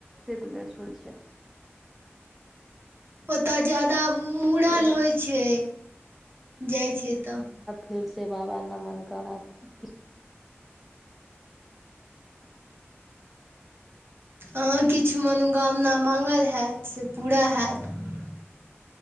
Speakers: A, in the centre; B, on the right.
A: से त सुन। <unintelligible>
B: ओ। <unintelligible> तऽ जाादा मूड़न
A: छियनि
B: होइ छै जाइ छै तऽ। <unintelligible>
A: फिर से बाबा न मननकामना। <unintelligible>
B: अहाँ किछु मनोकामना माङ्गल हैत से पूरा हैत। <unintelligible>